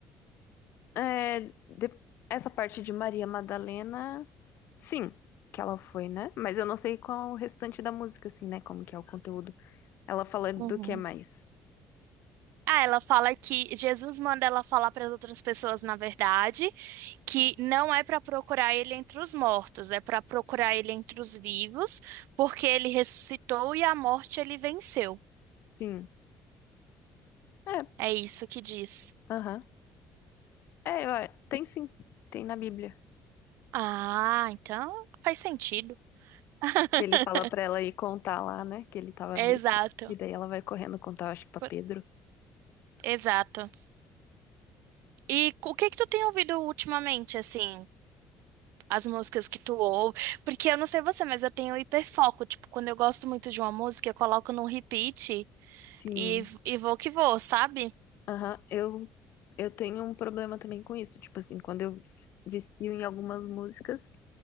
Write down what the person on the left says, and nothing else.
É, de- Essa parte de Maria Madalena, sim, que ela foi, né? Mas eu não sei qual o restante da música, assim, né? Como que é o conteúdo. Ela fala do
que mais?
Sim. É,
aham. É, eu- tem sim. Tem na Bíblia.
Ele fala pra ela ir contar lá, né, que ele tava
vivo. E daí ela vai correndo contar, acho que pra
Pedro.
Sim.
Aham. Eu, eu tenho um problema também com isso. Tipo assim, quando eu vistio em algumas músicas,